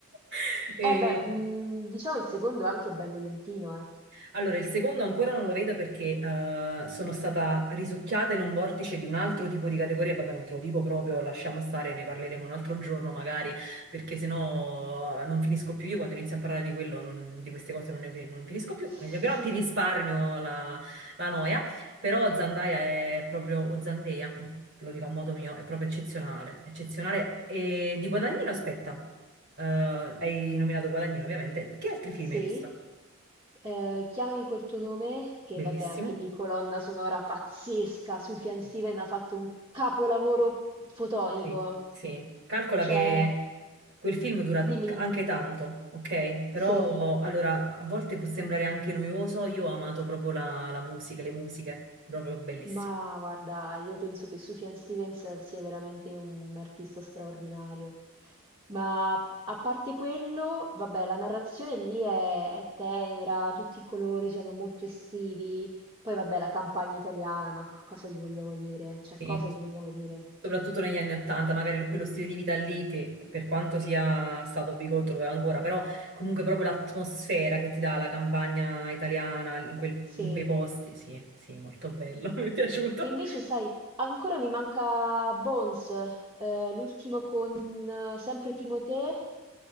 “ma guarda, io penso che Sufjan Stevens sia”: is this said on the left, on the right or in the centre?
Right